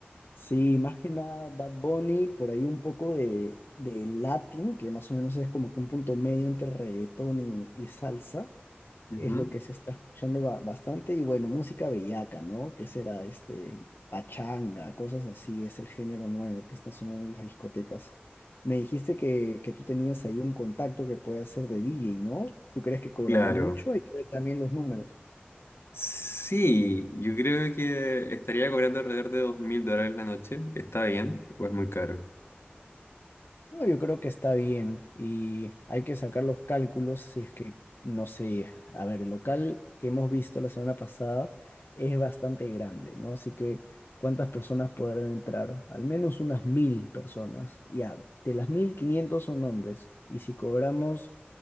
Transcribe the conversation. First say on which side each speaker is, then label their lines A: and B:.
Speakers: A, on the left; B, on the left.
A: Sí, más que nada Bad Bunny, por ahí un poco de, de Latin, que más o menos es como que un punto medio entre reggaetón y, y salsa.
B: Ujú.
A: es lo que se está escuchando ba- bastante. Y bueno, música bellaca, ¿no? ¿Qué será este? Pachanga, cosas así, es el género nuevo que está sonando en las discotecas. Me dijiste que, que tú tenías ahí un contacto que puede hacer de DJ, ¿no? ¿Tú crees que cobrará
B: Claro.
A: mucho? Hay que ver también los números.
B: Sí, yo creo que estaría cobrando alrededor de dos mil dólares la noche. ¿Está bien o es muy caro?
A: No, yo creo que está bien y hay que sacar los cálculos si es que, no sé, a ver, el local que hemos visto la semana pasada es bastante grande, ¿no? Así que, ¿cuántas personas podrán entrar? Al menos unas mil personas. Ya, de las mil, 500 son hombres. Y si cobramos